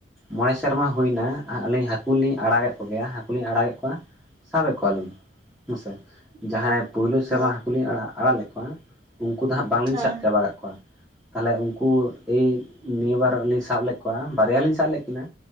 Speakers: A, in the centre; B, on the right (about 25°).
A: ᱢᱚᱬᱮ ᱥᱮᱨᱢᱟ ᱦᱩᱭᱱᱟ ᱟᱹᱞᱤᱧ ᱦᱟᱹᱠᱩ ᱞᱤᱧ ᱟᱲᱟᱜᱮᱫ ᱠᱚᱜᱮᱭᱟ ᱦᱟᱹᱠᱩ ᱞᱤᱧ ᱟᱲᱟᱜᱮᱫ ᱠᱚᱣᱟᱼᱼ ᱥᱟᱵ ᱮᱫ ᱠᱚᱣᱟᱞᱤᱧ ᱦᱮᱸᱥᱮ ᱡᱟᱦᱟᱸᱭ
B: ᱚ
A: ᱯᱳᱭᱞᱳ ᱥᱮᱨᱢᱟ
B: ᱦᱩᱸ
A: ᱦᱟᱹᱠᱩ ᱞᱤᱧ ᱟᱲᱟᱜ ᱟᱲᱟᱜ ᱞᱮᱫ ᱠᱚᱣᱟᱼᱼ ᱩᱱᱠᱩ ᱫᱚ ᱦᱟᱸᱜ ᱵᱟᱝᱞᱤᱧ
B: ᱦᱮᱸ
A: ᱥᱟᱵ ᱪᱟᱵᱟ ᱠᱟᱫ ᱠᱚᱣᱟ᱾ ᱛᱟᱦᱚᱞᱮ ᱩᱱᱠᱩ ᱮᱭ ᱱᱤᱭᱟᱹ ᱵᱟᱨ ᱞᱤᱧ ᱥᱟᱵ ᱞᱮᱫ ᱠᱚᱣᱟ ᱵᱟᱨᱭᱟ ᱞᱤᱧ ᱥᱟᱵ ᱞᱮᱫ ᱠᱤᱱᱟᱼᱼ